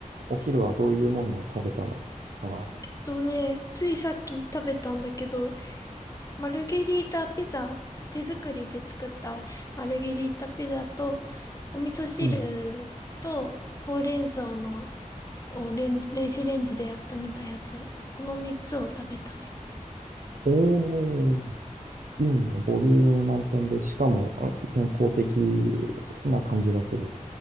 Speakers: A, on the right (about 80°); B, on the left (about 25°).
A: お昼はどういうものを食べたのかな
B: とね、ついさっき食べたんだけど、マルゲリータピザ、手作りで作ったマルゲリータピザと、お味噌汁と、
A: うん。
B: ほうれん草のをレンジ、電子レンジで温めたやつ、この3つを食べたね。
A: おー、いいね。ボリューム満点で、しかもあ健康的な感じがする。